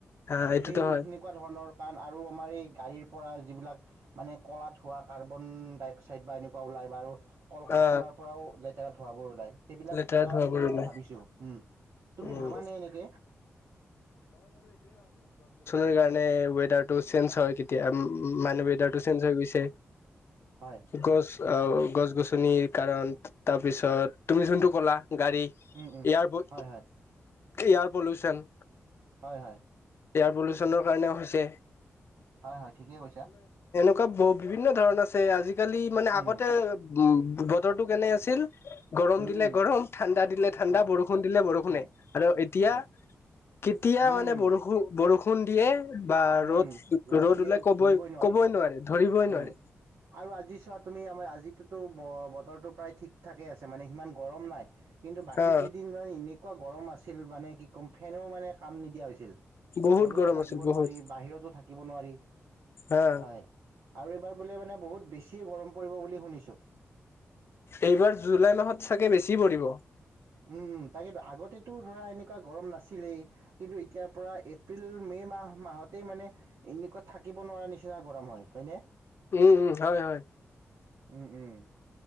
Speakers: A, on the left; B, on the right.
A: হা
B: এহ
A: এইটোতো
B: সেই
A: হয়
B: সেনেকুৱা ধৰণৰ। কাৰণ আৰু আমাৰ এই গাড়ীৰ পৰা যিবিলাক মানে কলাত হোৱা কাৰ্বন ডাই অক্সাইড বা এনেকুৱা ওলাই বা আৰু। কল কাৰখানাৰ
A: অ
B: পৰাও লে। লেতেৰা ধোৱাবোৰ ওলায়। সেইবিলাক
A: লেতেৰা ধোৱাবোৰ
B: বুলি
A: ওলাই
B: মই ভাবিছো উম', তুমি
A: উম
B: ভাবানে এনেকে?
A: সেইটোকৰণে ৱেডাৰ টো চেঞ্জ হয়। কেতিয়া মানে ৱেডাৰ টো চেঞ্জ হৈ গৈছে।
B: হয়
A: গছ আহ', গছ- গছনি। নিৰ কাৰণ তাৰপিছত। তুমি যোনটো ক'লা। গাড়ী এয়াৰপৰ্ত
B: উম উম হয় হয়
A: এয়াৰ পল্যুশন
B: হয়- হয়
A: এয়াৰ পলিচনৰ কাৰণেও হৈছে।
B: হয় - হয় ঠিকেই কৈছা।
A: হ বিভিন্ন ধৰণ আছে আজি। আজিকালি মানে
B: উম
A: আগতে। উম', বতৰটো কেনে আছিল। গৰম
B: উম
A: দিলে
B: উম
A: গৰম, ঠাণ্ডা দিলে ঠাণ্ডা,
B: অ
A: বৰষুণ দিলে বৰষুণে
B: হয়
A: আৰু এতিয়া
B: হয়
A: কেতিয়া
B: উম
A: মানে
B: উম
A: বৰষুণ - বৰষুণ। খুন্দিয়ে। বা
B: উম
A: ৰ'দ- ৰ'দ
B: দিয়ে
A: ওলাই ক'বই
B: ধৰিবই নোৱাৰি
A: -ক'বই নোৱাৰে। ধৰিবই নোৱাৰে
B: উম', আৰু আজি চত তুমি আমাৰ আজিতোতো ব বতৰটো প্ৰায় ঠিক ঠাকেই আছে মানে সিমান গৰম নাই। কিন্তু বাকী
A: হা
B: কেইদিন মান এনেকুৱা গৰম আছিল মানে কি ক'ম ফেনেও মানে কাম নিদিয়া হৈছিল
A: বহুত
B: ঘৰতো
A: গৰম
B: থাকিব
A: আছিল বহুত
B: নোৱাৰি বাহিৰতো থাকিব নোৱাৰি
A: হা
B: হয় আৰু এইবাৰ বোলে মানে বহুত বেছিয় গৰম পৰিব বুলি শুনিছো
A: এইবাৰ জুলাই মাহত চাগে বেছি পৰিব
B: উম তাকেইতো আগতে ো ধৰা এনেকুৱা গৰম নাছিলেই কিন্তু এতিয়াৰ পৰা এপ্ৰিল মে মাহ মাহতেই মানে এনেকুৱা থাকিব নোৱাৰা নিচিনা গৰম হয় হয়নে
A: উম উম হয় হয়
B: উম, উম।